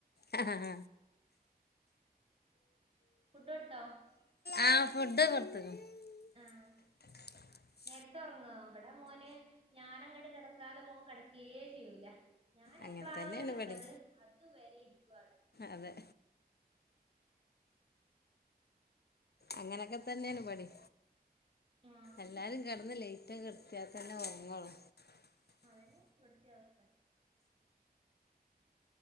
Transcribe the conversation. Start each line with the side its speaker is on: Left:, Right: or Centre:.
Left: ഹ, ഹ, ഹ
Right: ഫുഡ് കൊടുത്തോ?
Left: ആഹ്, ഫുഡ് കൊടുത്തക്ണ്. <inaudible>
Right: ആഹ് നേരത്തെ ഒറങ്ങോ? വിടെ മോന് ഞാനങ്ങട് കെടക്കാതെ മോൻ കെ ടക്യേ ചെയ്യൂല. ഞാന്
Left: അങ്ങനെ
Right: എപ്പളാണോ
Left: തന്നെയാണ്
Right: കെടക്കണത്.
Left: പടി
Right: അത് വരെ ഇരിക്കു അവിടെ?
Left: അതെ അങ്ങനെക്കെ തന്നണ് ബടിം.
Right: ആഹ്
Left: എല്ലാരും കെടന്ന് ലേറ്റൊക്ക. കെട്ത്തിയ തന്നെ ഒർങ്ള്ളു.
Right: അതെന്നെ, വിടിതി അവസ്ഥ.